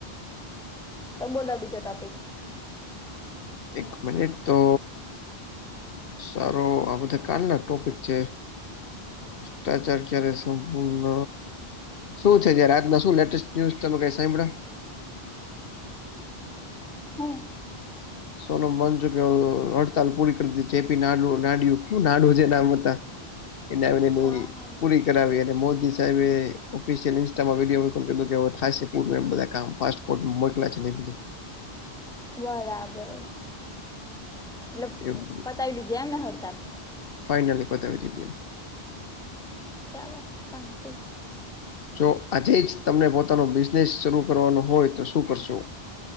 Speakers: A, in the centre; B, on the left.
A: તમ બોલો બીજો ટોપિક
B: એક મિનિટ તો સારો આ બધા કાલ ના ટોપિક છે. ભ્રષ્ટાચાર ક્યારે સંપૂર્ણ શું છે જયારે આજના શું લેટેસ્ટ ન્યુઝ તમે કઈ સાંયભળો
A: હું
B: સોનું મન છું કે હડતાલ પૂરી કરી ચપી નાડ નાડયું નાડું છે નામ હતા એને મની
A: હા
B: પુરી. કરાવે અને મોદી સાહેબે ઓફિશિયલ ઇન્સ્ટામાં વિડીયો કીધું કે હવે થશે પૂરું એમ બધા કામ ફ કોટ મોઈ કલા છેને એ બધું
A: બરાબર મતલબ
B: એવું
A: પતાવી લીધી એમને હડતાળ
B: ફાઇનલી પતાવી દીધી અ.
A: ચાલો તાતી.
B: જો આજે જ તમને પોતાનો બિઝનેસ શરૂ કરવાનો હોય તો શું કરશો